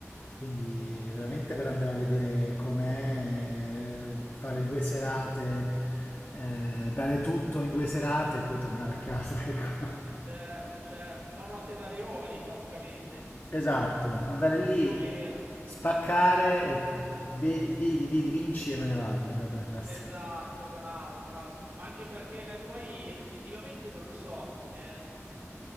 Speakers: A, on the left (about 40°); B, on the right (about 45°).
A: Quindi veramente per andare a vedere com'è, eh, fare due serate, eh, dare tutto in due serate e poi tornare a casa, <laughs> ecco.
B: Certo, certo, una notte da leoni praticamente,
A: Esatto, andare
B: o
A: lì,
B: più o meno.
A: spaccare e vi- vidi, vidi, vinci e me ne vado. Cioè, per- basta.
B: Esatto, bravo, bravo. Anche perché poi effettivamente non lo so, ehm,